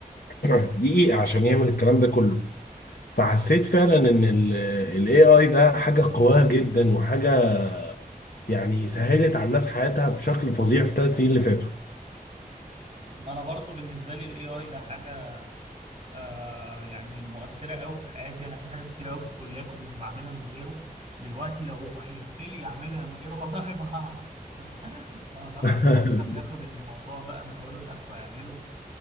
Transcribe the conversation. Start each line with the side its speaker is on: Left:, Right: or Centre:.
Left: <clears throat> دقيقة عشان يعمل الكلام ده كله فحسيت فعلا ان ال ال AI ده حاجة قوية جدا وحاجة يعني سهلت على الناس حياتها بشكل فظيع في الثلاث سنين اللي فاتوا
Right: انا برضو بالنسبه لي الاي اي ده حاجه آه يعني مؤثره قوي في حياتي انا في حاجات كتير قوي في الكليه كنت بعملها من غيره دلوقتي لو <laughs> حلفت لي اعملها من غيره والله ما هعرف <laughs> فخلاص
Left: <laughs>
Right: هو بقى بياخد الموضوع بقى من اوله لاخره يعمله